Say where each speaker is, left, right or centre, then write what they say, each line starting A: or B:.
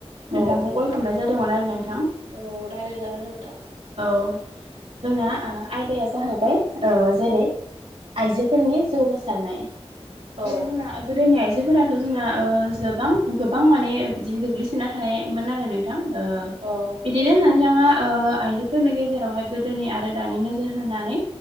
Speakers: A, on the right; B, on the right.
A: नोंथांखौ
B: औ नोंथां
A: कल खालामनाय जादोंमोन आरो नोंथां
B: औ रायज्लायजागोन नोंथां
A: औ जोंना आयदाया जाहैबाय जेरै आइजोफोरनि जौगासारनाय जेरै
B: औ
A: जोंना गोदोनि आइजोफोराथ' जोंना गोबां गोबां माने बिदिनो गोग्लैसोना थानायमोन आरो नों
B: औ
A: बिदिनो नोंथाङा आइजोफोरनि गेजेरावहाय गोदोनि आरो दानि नोजोर होनानै